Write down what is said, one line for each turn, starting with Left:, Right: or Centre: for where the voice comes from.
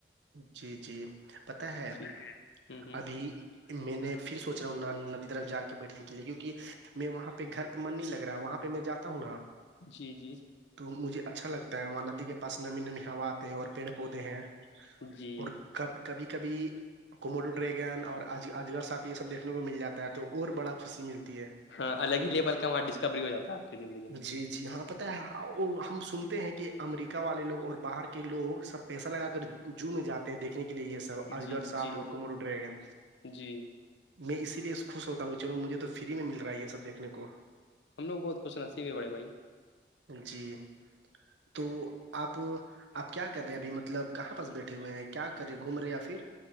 Right: جی جی پت ہے
Left: جی ہ ہ
Right: ابھی میں نے پھر سوچ رہا ہوں ندی طرف جا کے بیٹھنے کے لیے کیونک میں وہاں پہ گھر پہ من نہیں لگ رہا ہے وہاں پہ میں جاتا ہوں نا
Left: جی جی
Right: تو مجھے اچھا لگتا ہے وہاں ندی کے پاس نمی نمی ہوات ہیں اور پیڑ پودے ہیں
Left: جی
Right: اور کب کبھی کبھی کمر ڈریگن اور اجر ساپ یہ سب دیکنے کو مل جا ہے تو اور بڑا خوشی ملتی ہے
Left: ہاں الگ ہی لیول کا وہاں ڈسکوری ہو جاتا ہے آپ کی زندگی میں
Right: جی جی ہاں پت ہے وہ ہم سنتے ہیں کہ کہ امریکہ والے لوگ اور باہر کے لوگ سب پیسہ لگا کر جو میں جاتے ہیں دیکھنے کے لیے یہ سب اجغر
Left: جی
Right: ساپ
Left: جی
Right: اور کمرو ڈریگن
Left: جی
Right: میں اسی لیے خوش ہوتا ہوں کہ چلو مجھے تو فری میں مل رہا ہے یہ سب دیکھنے کو
Left: بہتچھ نصیبے پڑے بھائی <unintelligible>
Right: جی تو آپ آپ کیا کر رہے ہیں ابھی مطلب کہاں پرس بیٹھے ہوئے ہیں کیا کرے گھومے یا پھر